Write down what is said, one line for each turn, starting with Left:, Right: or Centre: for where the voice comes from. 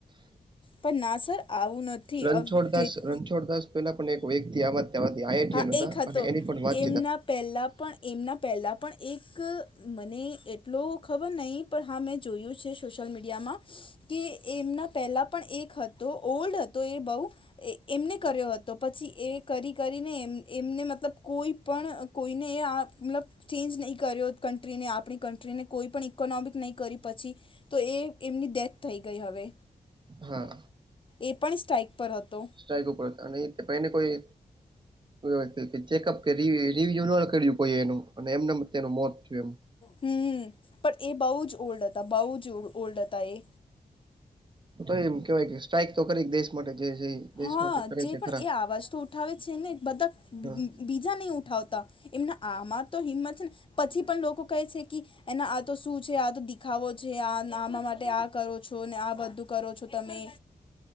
Left: પણ ના સર આવું નથી
Right: રણછોડ દાસ,
Left: જેટલું
Right: રણછોડ દાસ પેલા પણ એક વ્યક્તિ આ
Left: હા એક હતો
Right: <unintelligible> એની પણ વાત
Left: એમના પહેલા પણ એમના પહેલાં પણ એક મને એટલો ખબર નહીં પણ હા મેં જોયું છે સોશિયલ મીડિયામાં કે એમના પહેલા પણ એક હતો ઓલ્ડ હતો એ બહુ એ એમને કર્યો હતો, પછી એ કરી કરીને એમ. એમને મતલબ કોઈ પણ કોઈને એ મતલબ ચેન્જ નહીં કર્યો. કન્ટ્રીને આપણી કન્ટ્રીને કોઈ પણ ઈકોનોમિક નહી કરી. પછી તો એ એમની ડેથ થઈ ગઈ હવે
Right: હા.
Left: એ પણ સ્ટાઇક પર હતો.
Right: સ્ટ્રાઈક ઉપર હતા ને કોઈ કોઈ એટલે કે ચેકઅપ કર્યુ, રિવ્યુ ન કર્યુ કોઈ એનું અને એમને એમ એનું મોત થયું એમ.
Left: હમ. પણ એ બહુ જ ઓલ્ડ હતા બહુ જ ઓલ્ડ હતા એ.
Right: તો એમ કેવાય કે સ્ટ્રાઈક તો કરી દેશ માટે જે છે. દેશ
Left: હા,
Right: માટે કરે
Left: જે
Right: છે
Left: પણ
Right: ખરા
Left: એ અવાજ તો ઉઠાવે છે ને બધા
Right: હા
Left: બીજા નહી ઉઠાવતા. એમના આમાં તો હિંમત છે ને પછી પણ લોકો કહે છે કે એને આ તો શું છે? આ તો દેખાવો છે. આ આમાં માટે આ કરો છો ને આ બધું કરો છો તમે?